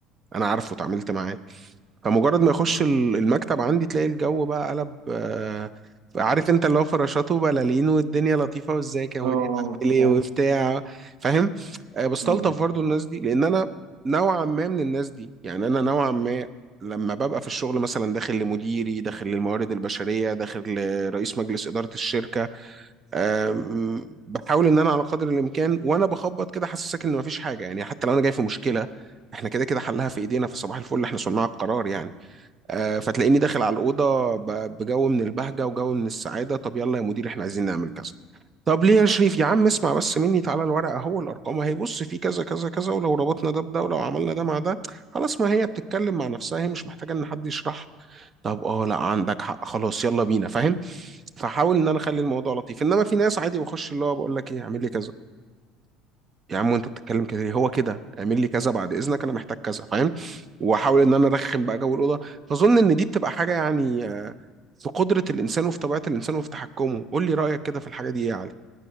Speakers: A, on the right (about 25°); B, on the right (about 75°).
A: انا عارفه اتعاملت معاه فمجرد ما يخش ال- المكتب عندي تلاقي الجو بقى قلب آه، عارف انت اللي هو فراشات وبلالين والدنيا لطيفه وازيك يا مدير
B: اه اه
A: عامل ايه
B: فاهم
A: وبتاع فاهم آه، بستلطف
B: أيوة.
A: برضو الناس دي لان انا نوعا ما من الناس دي يعني انا نوعا ما لما ببقى في الشغل مثلا داخل لمديري داخل للموارد البشريه داخل لرئيس مجلس اداره الشركه آم، بحاول ان انا على قدر الامكان وانا بخبط كده حاسسك ان مفيش حاجه يعني حتى لو انا جاي في مشكله احنا كده كده حلها في ايدينا في صباح الفل احنا صناع القرار يعني آه، فتلاقيني داخل على الأوضة ب- بجو من البهجة وجو من السعادة طب يلا يا مدير احنا عايزين نعمل كذا طب ليه يا شريف يا عم اسمع بس مني تعالى الورقة اهو الأرقام اهي بص في كذا كذا كذا ولو ربطنا ده بده ولو عملنا ده مع ده خلاص ما هي بتتكلم مع نفسها هي مش محتاجة إن حد يشرح طب اه لا عندك حق خلاص يلا بينا فاهم فحاول إن أنا أخلي الموضوع لطيف إنما في ناس عادي بخش اللي هو بقول لك إيه اعمل لي كذا يا عم وانت بتتكلم كده ليه؟ هو كده اعمل لي كذا بعد اذنك انا محتاج كذا فاهم واحاول ان انا ارخم بقى جو الاوضه فاظن ان دي بتبقى حاجه يعني آه، في قدره الانسان وفي طبيعه الانسان وفي تحكمه قول لي رايك كده في الحاجه دي ايه يا علي